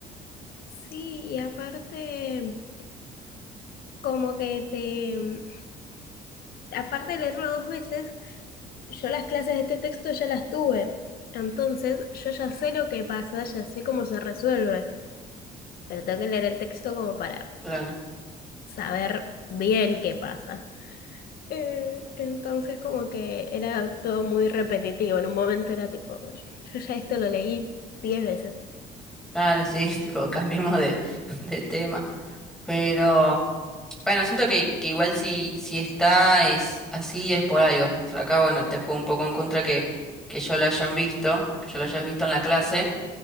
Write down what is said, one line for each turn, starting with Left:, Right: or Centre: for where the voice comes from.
Left: Sí, y aparte... como que te, mm, aparte de leerlo dos veces, yo las clases de este texto ya las tuve. Entonces, yo ya sé lo que pasa, ya sé cómo se resuelve, pero tengo que leer el texto como para
Centre: Claro,
Left: saber bien qué pasa. Eh, entonces, como que era todo muy repetitivo. En un momento era tipo, yo ya esto lo leí diez veces.
Centre: claro, sí, <laughs> tipo, cambiemos de, de tema. Pero... Bueno, siento que, que igual si, si está es así es por algo. O sea, acá, bueno, te juego un poco en contra que, que yo lo hayan visto, que yo lo hayas visto en la clase,